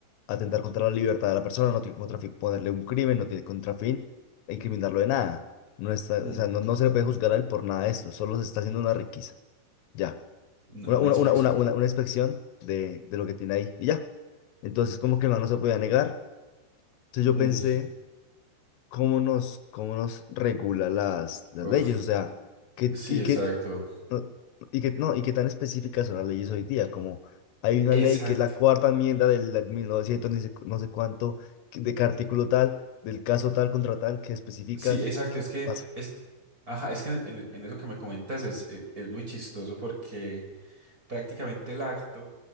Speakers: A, on the left; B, on the right.
A: atentar contra la libertad de la persona, no tiene contra fin ponerle un crimen, no tiene contra fin incriminarlo de nada. No está,
B: Mm,
A: o sea, no, no se le puede juzgar a él por nada de esto, solo se está haciendo una requisa. Ya.
B: no,
A: Una,
B: una
A: una,
B: inspección.
A: una, una, una, una inspección de, de lo que tiene ahí. Y ya. Entonces, como que el man no se podía negar. Entonces yo
B: Mm,
A: pensé cómo nos, cómo nos regula las, las
B: Uf.
A: leyes, o sea, que,
B: Sí,
A: y
B: exacto.
A: que, no, y que, no, y qué tan específicas son las leyes hoy día, como hay una
B: Exacto.
A: ley que es la cuarta enmienda del 1900 ni sé- no sé cuánto, que- de qué artículo tal, del caso tal contra tal, que especifica
B: Sí, exacto.
A: qué
B: Es que
A: pasa.
B: es, ajá, es que en, en- en eso que me comentas es, es, es muy chistoso porque prácticamente el acto